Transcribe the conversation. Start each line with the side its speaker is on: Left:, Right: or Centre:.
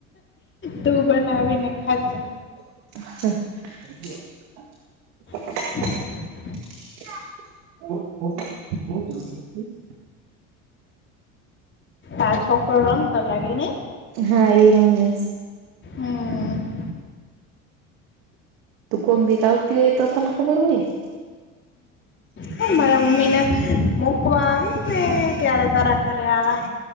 Left: તું બનાવીને ખાજે.
Right: <inaudible>
Left: <inaudible>
Right: <inaudible>
Left: આ છોકરો રમતો લાગે ને.
Right: હા એ રમે
Left: હમ.
Right: તું કોક દીક આવતી હોય તો તને ખબર હોય ને.
Left: હ મારા મમ્મી ને મોકવા આવીશ ને ત્યારે તારા ઘરે આવ